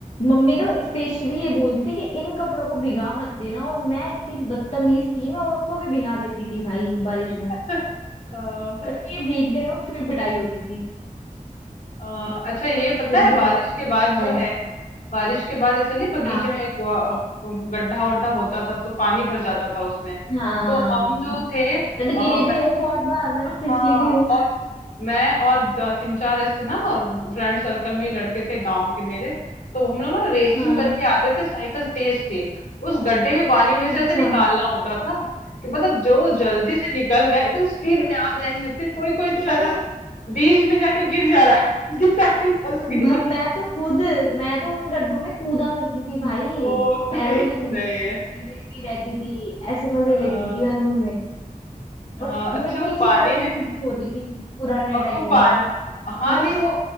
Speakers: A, on the left; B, on the left.
A: मम्मी तो स्पेशली ये बोलती थी कि इन कपड़ों को भिगा मत देना और मैं इतनी बदतमीज थी मैं उनको भी भिगा देती थी भाई बारिश में
B: <laughs> हाँ,
A: मतलब ये भीग गए और फिर पिटाई होती थी
B: हाँ, अच्छा ये पता
A: कि तुझे
B: है बारिश
A: बहुत
B: के
A: शौक
B: बाद जो
A: है
B: है बारिश के बाद ऐसे नहीं बगीचे
A: हाँ।
B: में एक अ, गड्ढा वड्ढा होता था तो पानी भर जाता था उसमें
A: हाँ
B: तो हम जो थे अ,
A: मैं तो
B: ब-
A: गिरी भी हूँ बहुत बार मैं तो
B: हाँ
A: फिसली भी हूँ
B: और मैं और द- तीन चार ऐसे ना फ्रेंड सर्कल में ही लड़के थे गांव के मेरे तो हम लोग ना रेसिंग
A: हाँ
B: करके आते थे साइकिल तेज से उस गड्ढे के पानी में से
A: अच्छा
B: ऐसे निकालना होता था कि मतलब जो जल्दी से निकल गए एकदम स्पीड में आ रहे हैं फिर कोई कोई तो रहता
A: अरे
B: था बीच में जाके गिर जा रहा है <laughs> उसकी साइकिल फंस गई
A: भ- मैं तो खुद मैं तो उन गड्ढों में कूदा करती थी भाई
B: ओ सही
A: पैरों से कूदा
B: सही
A: करती
B: है
A: थी लेटी रहती थी ऐसे मजे
B: हाँ
A: लेती थी मैं तो उनमें
B: हाँ,
A: और मिट्टी
B: अच्छा वो
A: की
B: पानी
A: अलग
B: भी
A: ही खुशबू होती थी पुराने
B: और
A: टाइम
B: वो पान
A: में अरे
B: हाँ
A: वो
B: नहीं
A: इस...
B: वो